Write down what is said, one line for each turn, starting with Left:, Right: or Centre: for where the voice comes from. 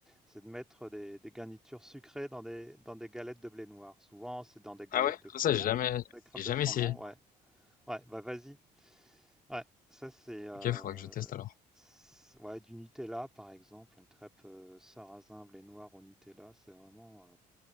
Centre: c'est de mettre des, des garnitures sucrées dans des, dans des galettes de blé noir. Souvent, c'est dans des galettes
Left: Ah ouais?
Centre: de froment,
Left: Ça, j'ai jamais
Centre: des crêpes
Left: j'ai jamais
Centre: de froment.
Left: essayé.
Centre: Ouais, ouais, bah vas-y. Ouais, ça c'est euh,
Left: Ok, faudra que je teste alors.
Centre: c'est- ouais du Nutella par exemple, une crêpe euh, sarrasin blé noir au Nutella, c'est vraiment, euh,